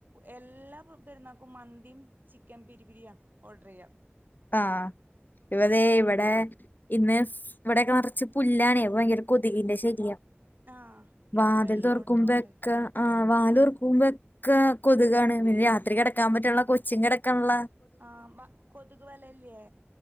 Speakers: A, on the right; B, on the left.
A: എല്ലാ പെരുന്നാക്കും മന്തിയും. ചിക്കൻ പിരി പിരിയാ ഓർഡർ ചെയ്യ.
B: ആഹ ഇവര് ഇവിടെ. ഇന്ന് ഇവിടെയൊക്കെ നിറച്ച് പുല്ലാണേ ഭയങ്കര കൊതുകിന്റെ ശല്ല്യം
A: ആഹ്
B: വാതിൽ
A: ഇപ്പ എല്ലോടത്തും
B: തുറക്കുമ്പോക്കെ.
A: ഉണ്ട്
B: ആ വാല് തൊർക്കുമ്പൊക്ക കൊതുകാണ് പിന്നെ രാത്രി കിടക്കാൻ പറ്റുള്ള കൊച്ചു കെടക്ക് നില്ല.
A: ആഹ കൊതുക് വലല്യേ